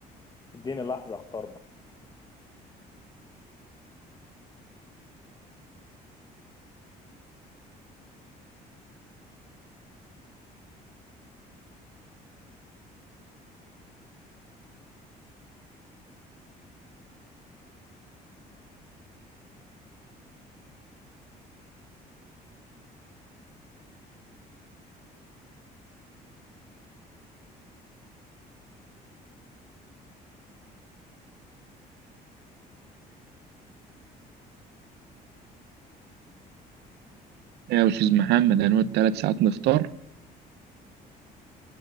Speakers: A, on the left; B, on the right.
A: اديني لحظه اختار بقى
B: إيه يا أستاذ محمد هنقعد تلات ساعات نختار